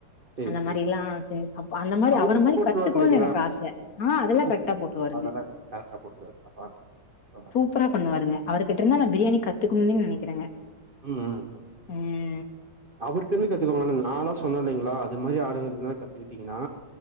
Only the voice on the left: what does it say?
அந்த
மாரிலாம் செஞ்சு ச அந்த மாரி
அவர
மாரி
கத்துக்குணுன்னு
எனக்கு ஆச ஆ அதெல்லாம்
கரெக்டா போட்டுருவாருங்க
சூப்பரா பண்ணுவாருங்க அவர்கிட்ட இருந்து நான் பிரியாணி கத்துக்குன்னு நனைக்கறேங்க
ம்